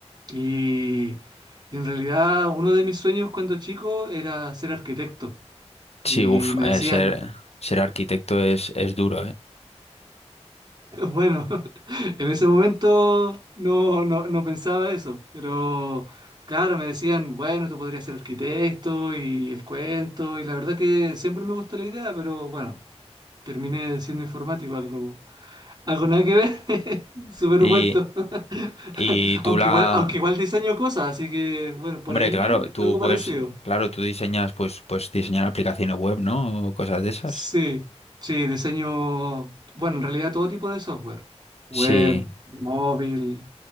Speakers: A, on the right; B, on the left.
A: y, y en realidad uno de mis sueños cuando chico era ser arquitecto. Y
B: Sí, uff,
A: me decían,
B: ser, ser arquitecto es, es duro, ¿eh?
A: Bueno, <laughs> en ese momento no, no, no pensaba eso, pero claro, me decían, bueno, tú podrías ser arquitecto y el cuento, y la verdad que siempre me gustó la idea, pero bueno, terminé siendo informático, algo, algo nada que ver, <laughs> superpuesto.
B: Y,
A: <laughs>
B: y tú
A: Aunque
B: la...
A: igual, aunque igual diseño cosas, así que bueno, por
B: Hombre,
A: ahí
B: claro, tú
A: algo
B: puedes,
A: parecido.
B: claro, tú diseñas, pues, pues diseñar aplicaciones web, ¿no? O cosas de esas.
A: Sí, sí, diseño, bueno, en realidad todo tipo de software, web,
B: Sí.
A: móvil,